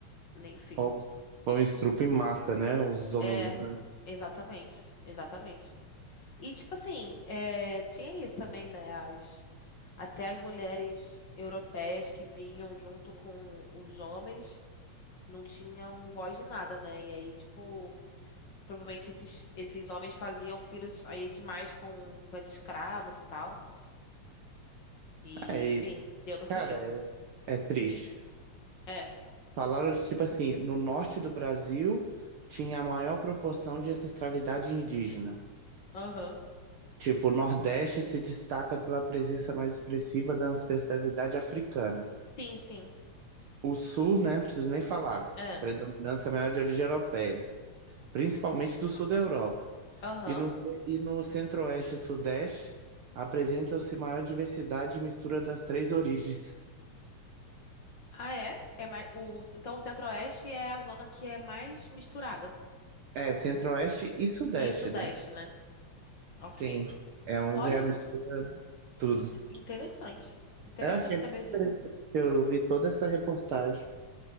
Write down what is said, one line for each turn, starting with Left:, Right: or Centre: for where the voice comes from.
Left: Enfim.
Right: Ou, ou estrupo em massa, né? Os homens
Left: É,
Right: brancos.
Left: exatamente. Exatamente. E, tipo assim, é, tinha isso também, né? As, até as mulheres europeias que vinham junto com os homens não tinham voz de nada, né? E aí, tipo. Provavelmente esses, esses homens faziam filhos aí demais com, com as escravas e tal. E,
Right: Aí,
Left: enfim, deu no que
Right: cara,
Left: deu.
Right: é, é triste.
Left: É.
Right: Falaram que, tipo assim, no norte do Brasil tinha a maior proporção de ancestralidade indígena.
Left: Aham.
Right: Tipo, o Nordeste se destaca pela presença mais expressiva da ancestralidade africana.
Left: Sim, sim.
Right: O Sul, né, preciso nem falar,
Left: É.
Right: predominância maior de origem europeia, principalmente do Sul da Europa.
Left: Aham.
Right: E no, ce- e no Centro-Oeste e Sudeste apresentam-se maior diversidade e mistura das três origens.
Left: Ah, é? É mais, o, então o Centro-Oeste é a zona que é mais misturada.
Right: É, é Centro-Oeste e Sudeste,
Left: E Sudeste,
Right: né?
Left: né? Ok.
Right: Sim, é onde
Left: Olha,
Right: é a mistura de tudo.
Left: in- interessante. Interessante
Right: É assim, é muito
Left: saber disso.
Right: interessante, eu li toda essa reportagem.